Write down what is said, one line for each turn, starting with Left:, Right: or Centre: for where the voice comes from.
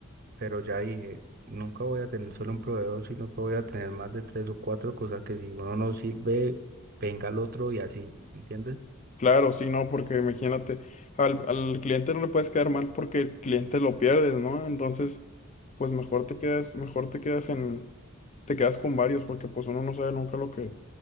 Right: pero ya dije, nunca voy a tener solo un proveedor, sino que voy a tener más de tres o cuatro cosas que si uno no sirve, venga el otro y así, ¿entiendes?
Left: Claro, sí, no, porque imagínate, al, al cliente no le puedes quedar mal porque el cliente lo pierdes, ¿no? Entonces, pues mejor te quedas, mejor te quedas en, te quedas con varios, porque pues uno no sabe nunca lo que,